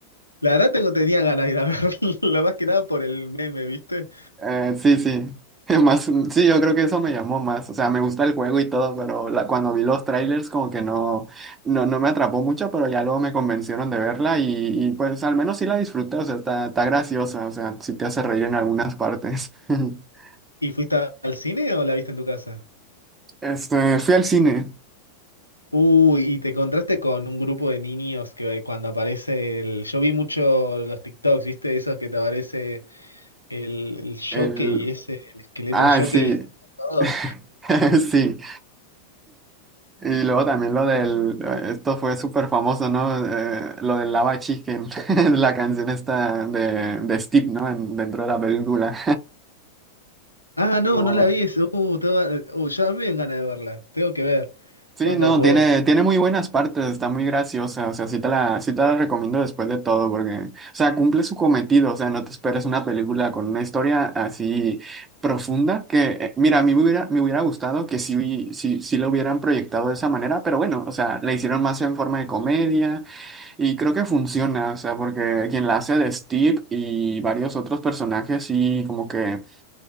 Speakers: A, on the left; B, on the right.
A: la verdad tengo, tenía ganas de ir a verla, <laughs> más que nada por el meme, ¿viste?
B: Eh, sí, sí. <laughs> Más, sí, yo creo que eso me llamó más. O sea, me gusta el juego y todo, pero la- cuando vi los trailers como que no, no, no me atrapó mucho, pero ya luego me convencieron de verla y, y pues al menos sí la disfruté. O sea, está, está graciosa. O sea, sí te hace reír en algunas partes. <laughs>
A: ¿Y fuiste a- al cine o la viste en tu casa?
B: Este, fui al cine.
A: Uy, y te encontraste con un grupo de niños que eh, cuando aparece el... Yo vi mucho los TikToks, ¿viste? Esos que te aparece el, el
B: El...
A: jockey, ese, el esqueleto
B: Ay,
A: en jockey
B: sí.
A: y saltan todos.
B: <laughs> Sí. Y luego también lo del... Esto fue súper famoso, ¿no? Eh, lo del Lava Chicken. <laughs> La canción esta de, de Steve, ¿no? En- dentro de la película.
A: Ah, no,
B: <laughs> Wow.
A: no la vi eso. Uh, tengo, uh, ya me dan ganas de verla. Tengo que ver
B: Sí,
A: cuando
B: no,
A: puedo.
B: tiene, tiene muy buenas partes, está muy graciosa, o sea, sí te la, sí te la recomiendo después de todo, porque, o sea, cumple su cometido, o sea, no te esperes una película con una historia así profunda, que, eh, mira, a mí me hubiera, me hubiera gustado que sí, sí, sí lo hubieran proyectado de esa manera, pero bueno, o sea, la hicieron más en forma de comedia, y creo que funciona, o sea, porque quien la hace de Steve y varios otros personajes, sí, como que